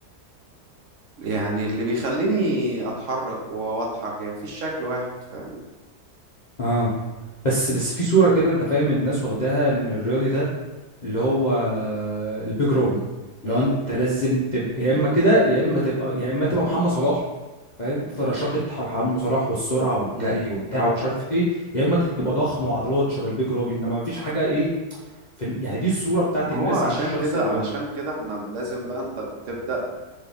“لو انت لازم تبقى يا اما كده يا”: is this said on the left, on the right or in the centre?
Left